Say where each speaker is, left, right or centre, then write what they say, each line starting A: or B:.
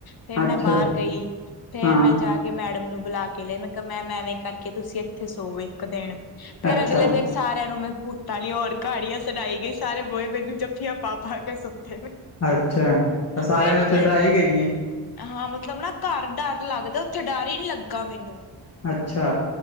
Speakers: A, on the left; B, on the left.
A: ਫਿਰ ਮੈਂ
B: ਅੱਛਾ
A: ਬਾਹਰ ਗਈ ਫਿਰ
B: ਹਾਂ
A: ਮੈਂ ਜਾ ਕੇ- ਮੈਡਮ ਨੂੰ ਬੁਲਾ ਕੇ ਲਿਆ ਈ, ਮੈਂ ਕਿਹਾ ਮੈਮ ਐਵੇਂ ਕਰਕੇ ਤੁਸੀਂ ਇੱਥੇ ਸੋਵੋ ਇੱਕ ਦਿਨ। ਫੇਰ
B: ਅੱਛਾ
A: ਅਗਲੇ ਦਿਨ- ਸਾਰਿਆਂ ਨੂੰ ਮੈਂ ਭੂਤਾਂ ਵਾਲੀਆ ਹੋਰ ਕਹਾਣੀਆਂ ਸੁਣਾਈ ਗਈ। ਸਾਰੇ ਮੋਏ ਮੈਨੂੰ ਜੱਫੀਆਂ ਪਾ, ਪਾ ਕੇ ਸੁੱਤੇ ਨੇ।
B: ਅੱਛਾ, ਤਾਂ ਸਾਰਿਆਂ
A: ਮੈਨੂੰ
B: ਨੇ ਉੱਥੇ ਡਰਾਈ ਗਈ ਏ।
A: ਹਾਂ ਮਤਲਬ ਨਾ ਕਾਰ ਡਰ ਲੱਗਦਾ ਉੱਥੇ ਡਾਰ ਹੀ ਨਹੀਂ ਲੱਗਾ ਮੈਨੂੰ।
B: ਅੱਛਾ।